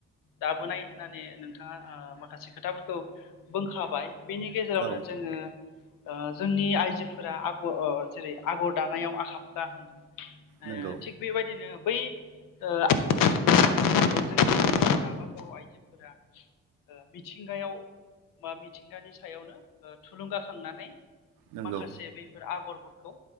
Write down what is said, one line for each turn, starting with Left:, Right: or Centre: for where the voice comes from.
Left: दाबोनाय होननानै नोंथाङा ओ माखासे खोथाफोरखौ बुंखाबाय बिनि गेजेरावनो
Right: औ
Left: जोङो ओ जोंनि आइजोफोरा आगर जेरै आगर दानायाव आखा फाखा होनदों। ओ
Right: नंगौ
Left: थिग बेबायदिनो बै ओ <inaudible> जोंनिफोरा <inaudible> बा बर' आइजोफोरा मिथिंगायाव बा मि थिंगानि सायावनो थुलुंगाखांनानै
Right: नंगौ
Left: माखासे बफोर आगर फोरखौ